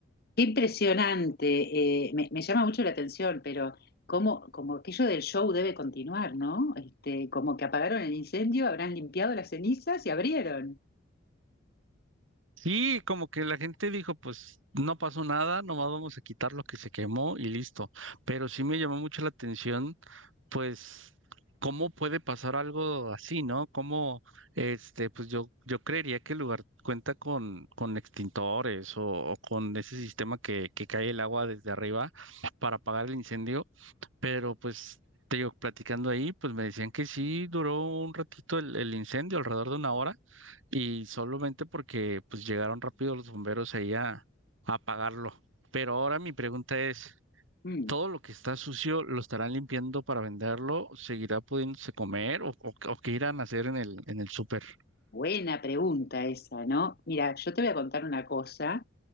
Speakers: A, on the left; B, on the right.
A: Qué impresionante, eh, me, me llama mucho la atención, pero como, como aquello del show debe continuar, ¿no? Este, como que apagaron el incendio, habrán limpiado las cenizas y abrieron.
B: Sí, como que la gente dijo, pues no pasó nada, nomás vamos a quitar lo que se quemó y listo. Pero sí me llamó mucho la atención pues, ¿cómo puede pasar algo así, no? ¿Cómo, este, pues yo, yo creería que el lugar cuenta con, con extintores o, o con ese sistema que, que cae el agua desde arriba para apagar el incendio, pero pues, te digo, platicando ahí, pues me decían que sí duró un ratito el, el incendio, alrededor de una hora, y solamente porque pues llegaron rápido los bomberos ahí a, a apagarlo. Pero ahora mi pregunta es
A: Mm.
B: todo lo que está sucio lo estarán limpiando para venderlo, seguirá pudiéndose comer o, o- o qué irán a hacer en el, en el súper.
A: Buena pregunta esa, ¿no? Mira, yo te voy a contar una cosa,